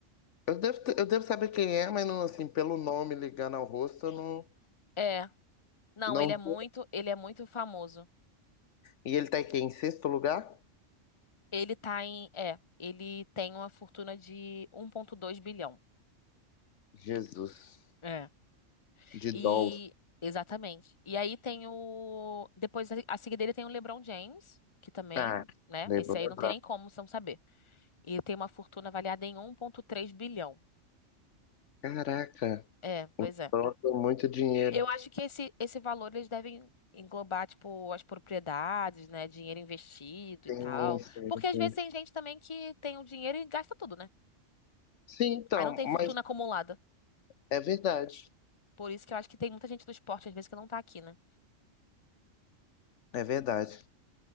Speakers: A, on the left; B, on the left.
A: Eu devo, ter- eu devo saber quem é, mas não, assim, pelo nome ligando ao rosto, eu não,
B: É. Não,
A: não
B: ele é muito,
A: tô
B: ele é muito famoso.
A: E ele tá aqui em sexto lugar?
B: Ele tá em, é, ele tem uma fortuna de 1,2 bilhão.
A: Jesus.
B: É.
A: De Dolph.
B: E exatamente. E aí tem o depois a a seguir dele tem o LeBron James, que também,
A: Ah,
B: né?
A: Lebron
B: Esse aí não
A: é
B: tem nem como não saber. E tem uma fortuna avaliada em 1,3 bilhão.
A: Caraca,
B: É, pois é.
A: pronto, muito dinheiro.
B: Eu acho que esse esse valor eles devem englobar tipo as propriedades, né, dinheiro investido
A: Sim,
B: e tal,
A: sim,
B: porque às
A: sim.
B: vezes tem gente também que tem o dinheiro e gasta tudo, né?
A: Sim, então,
B: Aí não tem
A: mas
B: fortuna acumulada.
A: é verdade.
B: Por isso que eu acho que tem muita gente do esporte, às vezes, que não tá aqui, né?
A: É verdade.